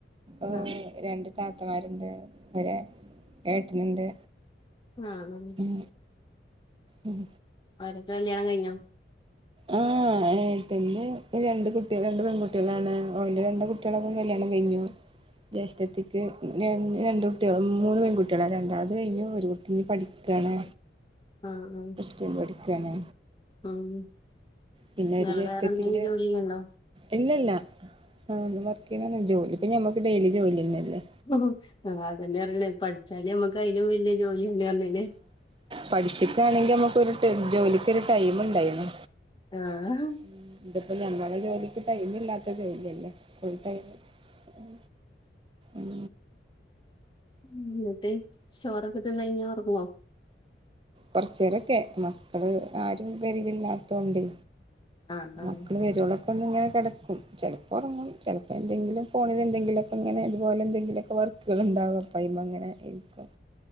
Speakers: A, on the right; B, on the left.
A: ഓഹ്
B: ആ
A: രണ്ട് താത്തമാര്ണ്ട് ഒരാ ഏട്ടനുണ്ട്
B: ആഹ്
A: ഉം ഉം
B: അവരെക്കെ കല്യാണം കഴിഞ്ഞോ
A: ആഹ് ഏട്ടന്റെ രണ്ട് കുട്ടിയാ രണ്ട് പെൺകുട്ടികളാണ് ഓന്റെ രണ്ട് കുട്ടിയളെക്കെ കല്യാണം കഴിഞ്ഞു
B: ഉ
A: ജ്യേഷ്ഠത്തിക്ക് ഉം ര രണ്ട് കുട്ടിയളും മൂന്ന് പെൺകുട്ടിയളാ രണ്ടാള്ത് കഴിഞ്ഞു ഒരു കുട്ടിഞ്ഞ് പഠിക്കാണ്
B: ആഹ് ഉം
A: റ്റം പഠിക്കാണ്
B: ഉം ഇങ്ങള്
A: പിന്നെ ഒരു ജ്യേഷ്ഠത്തിന്റെ
B: വേറെ എന്തെങ്കിലും ജോലി ചെയ്യ്ണ്ടോ
A: ഇല്ലല്ല ആഹ് വർക്ക്നർഞ്ഞെ ജോലിപ്പം ഞമ്മക്ക് ഡെയിലി ജോലിയന്നല്ലേ
B: ആഹ് അതന്നെ പറ്ഞ്ഞെ പഠിച്ചാല് അമ്മക്കയിലും വെല്ല്യ ജോലിയന്നെ പർഞ്ഞീല്ലേ
A: പഠിച്ച്ട്ടാണെങ്കി അമ്മക്കൊര് ടെ ജോലിക്കെര് ടൈമ് ഇണ്ടായിനി
B: ആഹ്
A: ഉം ഇത് പ്പം ഞമ്മളെ ജോലിക്ക് ടൈമ് ഇല്ലാത്ത ജോലിയല്ലേ ഫുൾ ടൈമ് ഉം ഉം
B: ഉം ഇന്ന്ട്ട് ചോറൊക്കെ തിന്നഴിഞ്ഞ് ഒറങ്ങോ
A: കൊറ്ച്ചേരൊക്കെ മക്കള് ആരും പെരേല് ഇല്ലാത്തോണ്ടെ
B: ആഹ് ആഹ്
A: മക്കള് വെരോളൊക്കൊന്ന്ങ്ങനെ കെടക്കും ചെലപ്പോ ഒറങ്ങും ചെല എന്തെങ്കിലും ഫോണില് എന്തെങ്കിലൊക്കെ ഇങ്ങനെ ഇതുപോലെ എന്തെങ്കിലൊക്കെ വർക്കള് ഇണ്ടാവാ അപ്പ അയിമ്മങ്ങനെ ഇരിക്കും